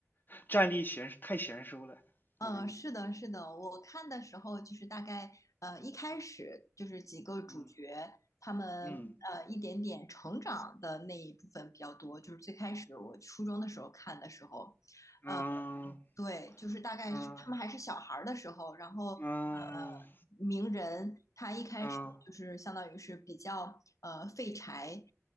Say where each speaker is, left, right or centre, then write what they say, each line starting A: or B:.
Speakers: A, on the left (about 35°); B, on the left (about 80°).
A: 战力悬太悬殊了，
B: 呃，
A: 我感觉。
B: 是的，是的，我看的时候就是大概呃一开始就是几个主角他们呃一点点成长的那一部分比较多，
A: 嗯嗯
B: 就是最开始我初中的时候看的时候。
A: 嗯
B: 呃对，就是大概是他们还是小孩儿的时候，
A: 嗯
B: 然后呃，
A: 嗯
B: 鸣人他一开始就是相当于是比较呃废柴，
A: 嗯